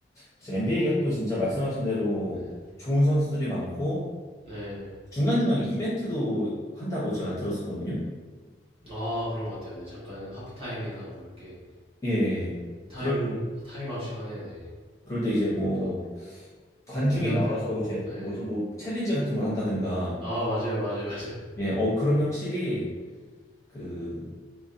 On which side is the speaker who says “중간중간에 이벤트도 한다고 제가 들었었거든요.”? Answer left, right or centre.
Left